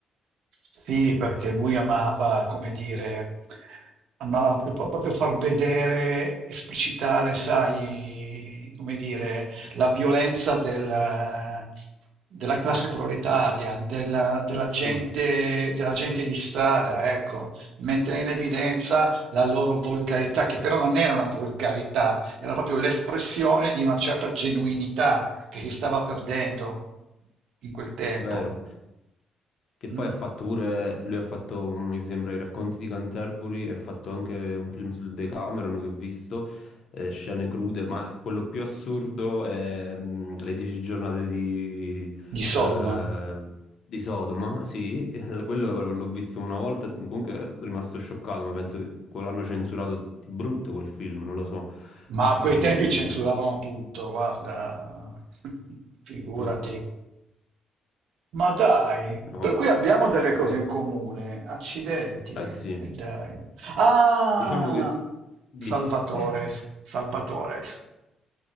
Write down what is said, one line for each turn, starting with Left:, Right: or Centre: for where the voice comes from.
Right: Sì, perché lui amava, come dire, amava pro- pro- proprio far vedere, esplicitare, sai, come dire, la violenza del- della classe proletaria, della, della gente,
Left: Mm,
Right: della gente di strada, ecco, mettere in evidenza la loro volgarità, che però non era una volgarità, era proprio l'espressione di una certa genuinità che si stava perdendo in quel tempo,
Left: vero. Che
Right: mm,
Left: poi ha fatto pure, lui ha fatto, un- mi sembra, i racconti di Canterbury e ha fatto anche un film sul Decameron che ho visto, eh, scene crude, ma quello più assurdo è mm, le dieci giornate di,
Right: di Sodoma.
Left: eh, di Sodoma, sì, <laughs> quello l'ho visto una volta, comunque sono rimasto scioccato, ma penso che quello l'hanno censurato di brutto quel film, non lo so.
Right: Ma a quei
Left: Mm,
Right: tempi censuravano tutto, guarda, <laughs> figurati.
Left: mm,
Right: Ma dai,
Left: no,
Right: per cui abbiamo delle cose in comune, accidenti,
Left: eh sì,
Right: e dai. Ah,
Left: diciamo che... Dici.
Right: Salvatores,
Left: <laughs>
Right: Salvatores.